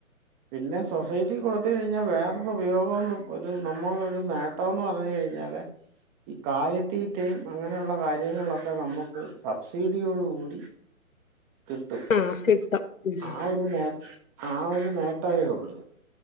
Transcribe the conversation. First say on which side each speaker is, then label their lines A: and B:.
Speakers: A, on the right (about 15°); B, on the left (about 70°).
A: പിന്നെ സൊസൈറ്റി കൊടുത്ത കഴിഞ്ഞാൽ വേറൊരു ഉപയോഗം ഒരു നമ്മൾ ഒരു നേട്ടംന്ന് പറഞ്ഞ് കഴിഞ്ഞ കഴിഞ്ഞാല് കാലിത്തീറ്റയും അങ്ങനെയുള്ള കാര്യങ്ങളൊക്കെ നമുക്ക് സബ്സിഡിയോട് കൂടി
B: <unintelligible>
A: കിട്ടും
B: ആഹ് കിട്ടും ഉം
A: ആ ഒരു നേ ആ ഒരു നേട്ടയേ ഉള്ളൂ